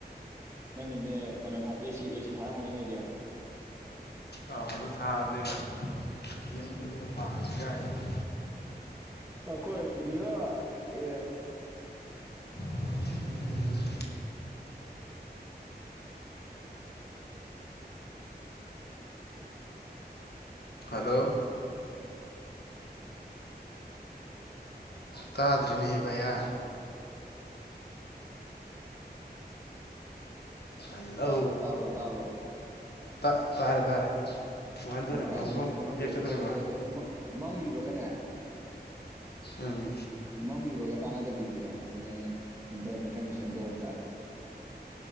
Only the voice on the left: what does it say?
ꯑꯥꯎ ꯑꯗꯨ ꯊꯥꯕꯅꯤꯅ ꯐꯦꯟꯗꯨ ꯑꯗꯨꯅ ꯄꯥꯈꯤꯗꯒꯥꯏ ꯑꯗꯨꯝ
<unintelligible> ꯍꯂꯣ ꯇꯥꯗ꯭ꯔꯔꯤꯅ ꯍꯦꯕꯌꯥ ꯍꯜꯂꯣ
ꯇꯥꯔꯦ ꯇꯥꯔꯦ ꯀꯃꯥꯏꯅ ꯇꯧꯔꯤꯕꯅꯣ
ꯑꯃꯨꯛꯀ
ꯕꯦꯛ ꯆꯠꯂꯨꯔꯤꯕ
ꯎꯝ